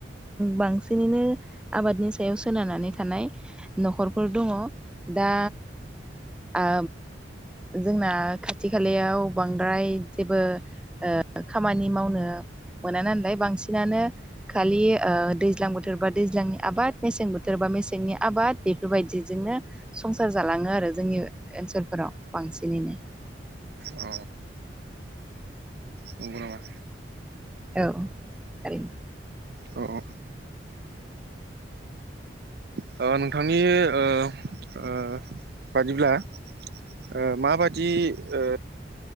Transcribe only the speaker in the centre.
बांसिनैनो आबादनि सायाव सोनारनानै थानाय न'खरफोर दङ दा ओ जोंना खाथि खालायाव बांद्राय जेबो ओ खामानि मावनो मोना नालाय बांसिनानो खालि ओ दैज्लां बोथोरबा दैज्लांनि आबाद मेसें बोथोरबा मेसेंनि आबाद बेफोरबायदिजोंनो संसार जालाङो आरो जोंनि ओनसोलफोराव बांसिनैनो।
औै थारैनो।